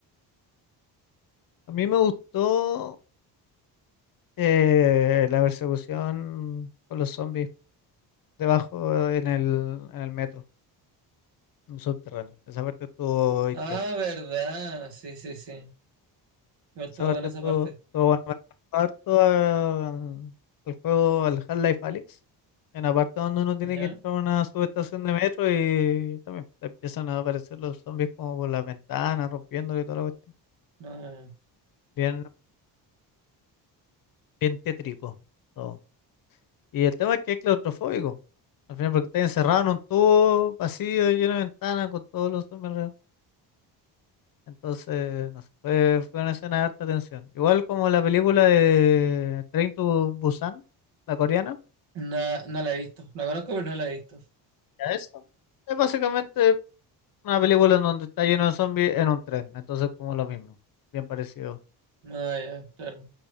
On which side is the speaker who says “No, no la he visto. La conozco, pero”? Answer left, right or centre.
Right